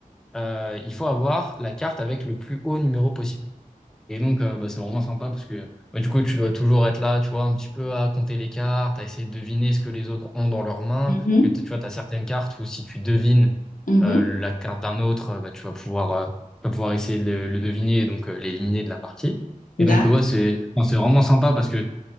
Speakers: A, in the centre; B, on the left.
A: euh, il faut avoir la carte avec le plus haut numéro possible. Et donc, euh, bah, c'est vraiment sympa parce que bah, du coup, tu dois toujours être là, tu vois, un petit peu à compter les cartes, à essayer de deviner ce que les autres ont dans leurs mains.
B: Mhm.
A: Parce que t'as- tu vois, tu as certaines cartes où si tu devines
B: Mhm.
A: euh, la carte d'un autre, euh, bah, tu vas pouvoir, euh, tu vas pouvoir essayer de le, le deviner et donc euh, l'éliminer de la partie. Et
B: D'accord.
A: donc, euh, ouais, c'est enfin, c'est vraiment sympa parce que